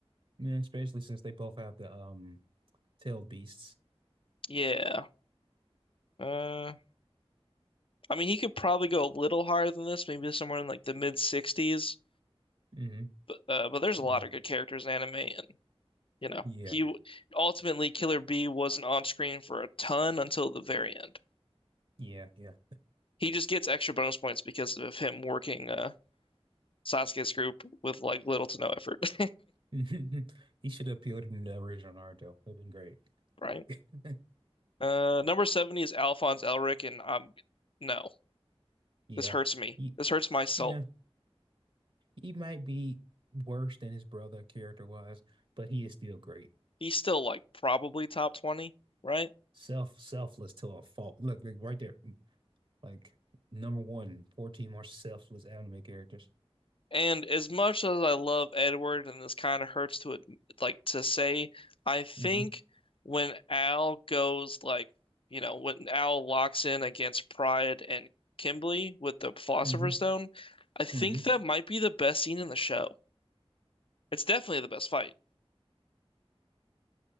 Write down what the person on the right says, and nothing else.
Yeah, especially since they both have the um Tailed beasts.
hmm
hmm
Yeah.
Yeah. Yeah.
<laughs> He should have appealed to the original Naruto. That'd been great.
<laughs>
Yeah.
He,
yeah. He might be worse than his brother character was, but he is still great.
Self selfless to a fault. Look, like right there. Like number one, fourteen 14 more selfless anime characters.
hmm
hmm
hmm